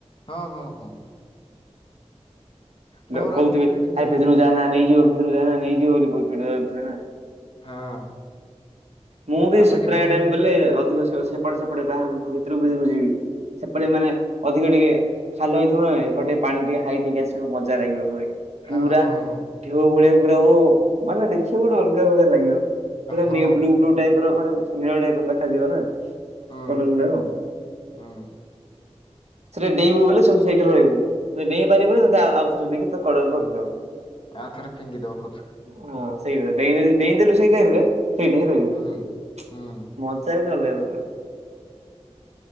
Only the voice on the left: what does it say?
ହଁ ହଁ ହଁ। ପହଁରା
ପହଁରି ଟିକେ
ହଁ।
ଆମେ ଟିକେ
ପହଁରା
ପହଁରି
ହଁ
ହଁ ହଁ
ହଁ
ହଁ
ହୁଁ
ହୁଁ
ଆଉ ଥରେ ଫିଙ୍ଗିଦବ ପଛକୁ
ହୁଁ।
ହୁଁ